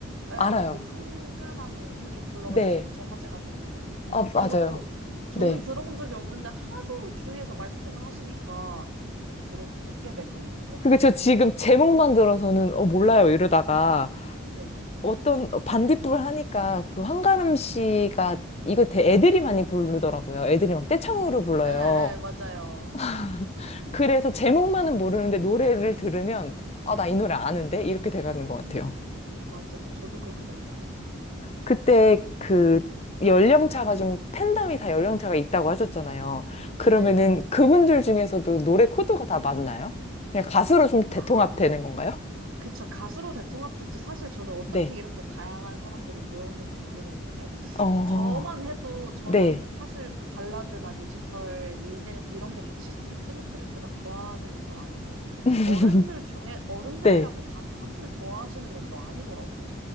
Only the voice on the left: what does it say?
알아요.
네.
아, 맞아요.
네.
그게
저 지금
제목만 들어서는 어, 몰라요 이러다가
어떤 어, 반딧불 을 하니까 그 한가름 씨가 이거 대- 애들이 많이 부르더라고요. 애들이 막 떼창으로 불러요.
<laughs> 그래서 제목만은 모르는데 노래를 들으면 아, 나 이 노래 아는데? 이렇게 돼가는 것 같아요.
그때 그 연령차가 좀 팬덤이 다 연령차가 있다고 하셨잖아요. 그러면은
그분들 중에서도 노래 코드가 다 맞나요? 그냥 가수로 좀 대통합되는
건가요?
네.
어,
네.
<laughs>
네.